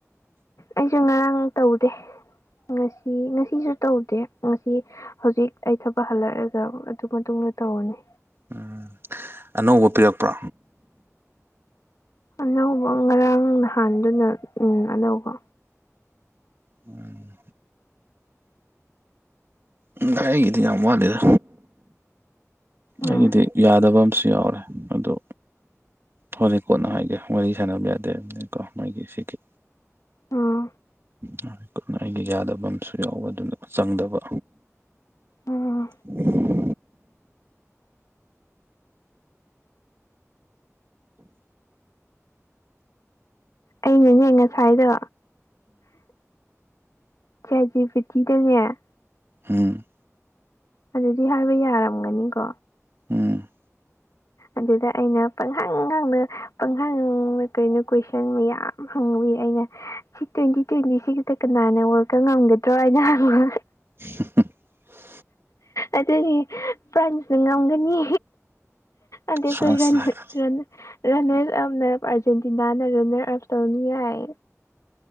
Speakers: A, on the left (about 80°); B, on the right (about 45°).
A: ꯑꯩꯁꯨ ꯉꯔꯥꯡ ꯇꯧꯗꯦ ꯉꯁꯤ ꯉꯁꯤꯁꯨ ꯇꯧꯗꯦ ꯉꯁꯤ ꯍꯧꯖꯤꯛ ꯑꯩ ꯊꯕꯛ ꯍꯜꯂꯛꯑꯒ ꯃꯇꯨꯡꯗ ꯇꯧꯔꯅꯤ
B: ꯎꯝ ꯑꯅꯧꯕ ꯄꯤꯔꯛꯄ꯭ꯔꯣ
A: ꯑꯅꯧꯕ ꯉꯔꯥꯡ ꯅꯍꯥꯟꯗꯨꯅ ꯎꯝ ꯑꯅꯧꯕ
B: ꯎꯝ ꯎꯝ ꯑꯩꯒꯤꯗꯤ ꯌꯥꯝ ꯋꯥꯠꯂꯤꯗ
A: ꯎꯝ
B: ꯑꯩꯒꯤꯗꯤ ꯌꯥꯗꯕ ꯑꯃꯁꯨ ꯌꯥꯎꯔꯦ ꯑꯗꯨ ꯍꯣꯔꯦꯟ ꯀꯣꯟꯅ ꯍꯥꯏꯒꯦ ꯋꯥꯔꯤ ꯁꯥꯟꯅꯕ ꯌꯥꯗꯦꯕ ꯀꯣ ꯃꯥꯒꯤ ꯁꯤꯒꯤ
A: ꯎꯝ
B: ꯌꯥꯝ ꯀꯟꯅ ꯑꯩꯒꯤ ꯌꯥꯗꯕ ꯑꯃꯁꯨ ꯌꯥꯎꯕ ꯑꯗꯨꯅ ꯆꯪꯗꯕ
A: ꯎꯝ
B: <inaudible>
A: ꯑꯩꯅꯅꯦ ꯉꯁꯥꯏꯗꯣ ꯆꯥꯠ‌ ꯖꯤꯄꯤꯇꯤ ꯗꯅꯦ
B: ꯍꯥꯝ
A: ꯑꯗꯨꯗꯤ ꯍꯥꯏꯕ ꯌꯥꯔꯝꯒꯅꯤꯀꯣ
B: ꯎꯝ
A: ꯑꯗꯨꯗ ꯑꯩꯅ ꯄꯪꯍꯡ ꯍꯡꯅ ꯄꯪꯍꯪꯅ ꯀꯩꯅꯣ ꯀꯣꯏꯁꯟ ꯃꯌꯥꯝ ꯍꯪꯕꯒꯤ ꯑꯩꯅ ꯁꯤ ꯇ꯭ꯋꯦꯟꯇꯤ ꯇ꯭ꯋꯦꯟꯇꯤ ꯁꯤꯒꯤꯗ ꯀꯅꯥꯅ ꯋꯥꯜ ꯀꯞ ꯉꯝꯒꯗ꯭ꯔꯣ ꯍꯥꯏꯅ ꯍꯪꯕ
B: <unintelligible>
A: ꯑꯗꯨꯒꯤ ꯄ꯭ꯔꯟꯁꯅ ꯉꯝꯒꯅꯤ ꯑꯗꯦ
B: ꯐ꯭ꯔꯥꯟꯁꯅ
A: <unintelligible> ꯔꯟꯅꯔ ꯑꯞꯅ ꯑꯥꯔꯖꯦꯟꯇꯤꯅꯥꯅ ꯔꯟꯅꯔ ꯑꯞ ꯇꯧꯅꯤ ꯌꯥꯏ